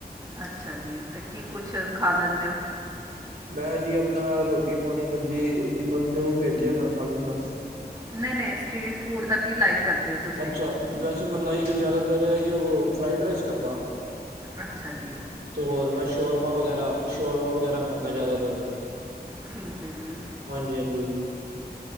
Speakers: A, on the right; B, on the right.
A: ਅੱਛਾ ਜੀ, ਤੇ ਕੀ ਕੁਛ ਖਾ ਲੈਂਦੇ ਓ?
B: ਮੈਂ ਜੀ ਅਪਨਾ, ਰੋਟੀ-ਪਾਣੀ, ਸਬਜ਼ੀ ਮਤਲਬ ਜੋ ਮਿਲਜੇ ਮੈਂ ਖਾਲੂੰਗਾ।
A: ਨਹੀਂ-ਨਹੀਂ, ਸਟ੍ਰੀਟ ਫੂਡ ਦਾ ਕੀ ਲਾਈਕ ਕਰਦੇ ਓ ਤੁਸੀ?
B: ਅੱਛਾ ਵੈਸੇ ਮੈਂ ਲਾਇਕ ਜ਼ਿਆਦਾਤਰ, ਐਈਓ ਫ੍ਰਾਈਡ ਰਾਈਸ ਕਰਦਾ।
A: ਅੱਛਾ ਜੀ।
B: ਤੇ ਹੋਰ ਮੈਂ ਸ਼ੋਰਮਾ ਵਗ਼ੈਰਾ, ਸ਼ੋਰਮਾ ਵਗੈਰਾ ਖਾਂਨਾ ਜ਼ਿਆਦਾਤਰ।
A: ਠੀਕ ਐ ਜੀ।
B: ਹਾਂਜੀ ਹਾਂਜੀ।